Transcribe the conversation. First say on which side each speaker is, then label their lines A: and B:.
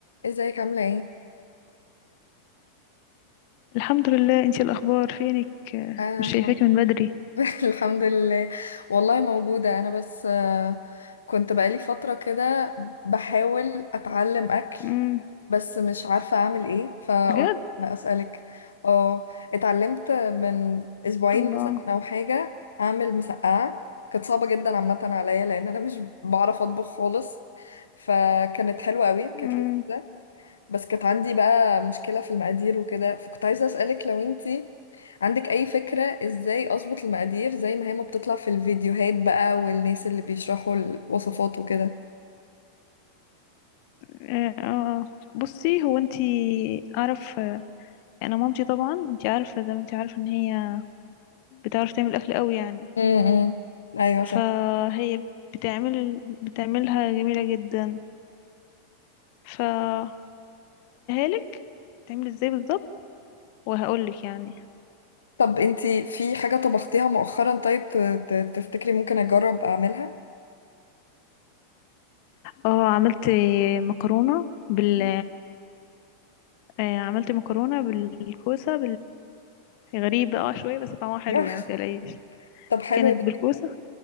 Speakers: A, on the left; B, on the left.
A: ازيك عاملة ايه؟
B: الحمد لله انتي الاخبار فينك آه،
A: انا
B: مش
A: الحمد
B: شايفاكي من بدري
A: <laughs> الحمد لله والله موجودة انا بس آه، كنت بقالي فترة كده بحاول اتعلم اكل
B: امم
A: بس مش عارفة اعمل ايه فقلت
B: بجد
A: اسألك اه اتعلمت من اسبوعين
B: الله
A: مثلا او حاجة اعمل مسقعة كانت صعبة جدا عامة عليا لان انا مش بعرف اطبخ خالص فكانت حلوة قوي كانت
B: امم
A: لذيذة بس كانت عندي بقى مشكلة في المقادير وكده فكنت عايزة أسألك لو انتي عندك أي فكرة ازاي أظبط المقادير زي ما هي ما بتطلع في الفيديوهات بقى والناس اللي بيشرحوا الوصفات وكده
B: اه آه. بصي هو انتي اعرف آه، انا مامتي طبعا انتي عارفه زي ما انتي عارفه ان هي بتعرف تعمل اكل قوي يعني
A: امم أيوة
B: فهي
A: صح
B: بتعمل بتعملها جميله جدا فهسألها لك تعمل ازاي بالظبط وهقول لك يعني
A: طب انتي في حاجة طبختيها مؤخرا طيب ت- ت- تفتكري ممكن أجرب أعملها؟
B: اه عملت مكرونه بال
A: مم.
B: آه، عملت مكرونه بالكوسه غريبة اه شوية بس طعمها حلو
A: <laughs>
B: يعني متقلقيش
A: طب حلو
B: كانت
A: ده
B: بالكوسة